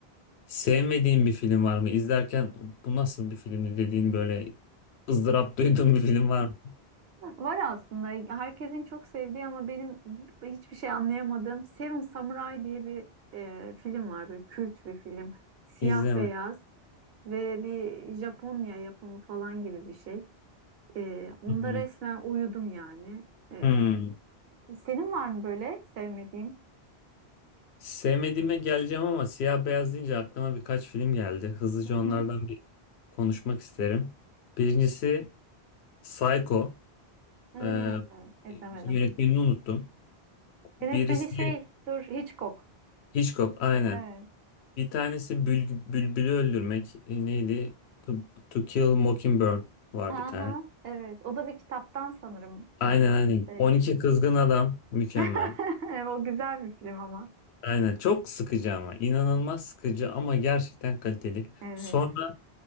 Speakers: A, on the left; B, on the right.
A: sevmediğin bir film var mı? İzlerken bu nasıl bir filmdi dediğin böyle ızdırap duyduğun bir film var mı?
B: Var aslında herkesin çok sevdiği ama benim hiçbir şey anlayamadığım Seven Samurai diye bir e, film var. Böyle kült bir film. Siyah
A: İzleme.
B: beyaz ve bir Japonya yapımı falan gibi bir şey. Ee, onda
A: Hı hı.
B: resmen uyudum yani. Ee,
A: Hmm.
B: senin var mı böyle sevmediğin?
A: Sevmediğime geleceğim ama siyah beyaz deyince aklıma birkaç film geldi. Hızlıca onlardan
B: Hı hı.
A: bir konuşmak isterim. Birincisi Psycho.
B: Hmm,
A: Ee,
B: izlemedim.
A: yönetmenini unuttum.
B: Yönetmeni
A: Birisi
B: şey, dur Hitchcock.
A: Hitchcock aynen.
B: Evet.
A: Bir tanesi bül, bülbülü öldürmek. E, neydi? To, To Kill Mockingbird var
B: Aha,
A: bir tane.
B: evet. O da bir kitaptan sanırım.
A: Aynen
B: Ee,
A: aynen.
B: şey.
A: 12 Kızgın Adam mükemmel.
B: <laughs> O güzel bir film ama.
A: Aynen çok sıkıcı ama inanılmaz sıkıcı ama gerçekten kaliteli.
B: Evet.
A: Sonra